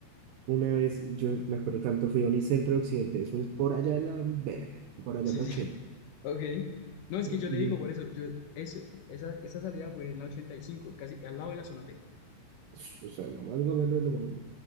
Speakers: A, on the right; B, on the left.
A: una vez, yo me acuerdo tanto, fui a Unicentro de Occidente, eso es por allá en la verga, por allá
B: Sí,
A: en la 80,
B: sí, <laughs> ok. No, es que yo
A: y,
B: le digo por eso, yo, ese- esa, esa salida fue en la 85 casi al lado de la zona T.
A: pues, o sea, nomás gomelo de lo gomelo,